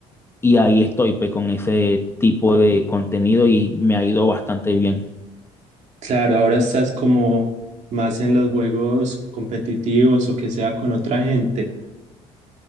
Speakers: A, on the left; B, on the right.
A: Y ahí estoy pues, con ese tipo de contenido y me ha ido bastante bien.
B: Claro, ahora estás como más en los juegos competitivos o que sea con otra gente.